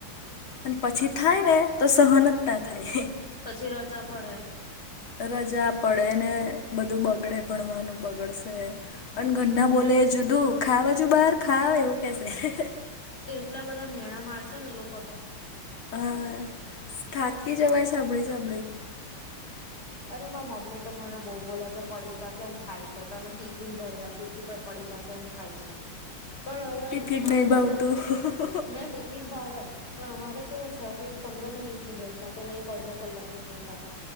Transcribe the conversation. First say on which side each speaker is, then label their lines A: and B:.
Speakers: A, on the left; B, on the left.
A: અને પછી થાય ને તો સહન જ ના થાય.
B: પછી રજા પડે
A: રજા પડે ને બધું બગડે ભણવાનું બગડશે. અને ઘરના બોલે એ જુદું ખા બાજુ બહાર ખાઈ એવું કેશે‌-
B: એટલા બધા મેણા મારશે ને એ લોકો- તો
A: હા થાકી જવાય સાંભળી સાંભળે-
B: અરે મારા મમ્મી તો મને બહુ બોલ કે પડીકા કે એમ ખાય છે તને ટીફિન ભર્યા- પૂછું તો પડીકા કે એમ ખાય છે. પણ હવે
A: ટિફિન
B: મારા
A: નહી ભાવતું
B: ના ટિફિન ભાવે- પણ અમારે કેવું છે કે પંદર મિનિટની બ્રેક આપે ને એક અડધો કલાકની બ્રેક આપે.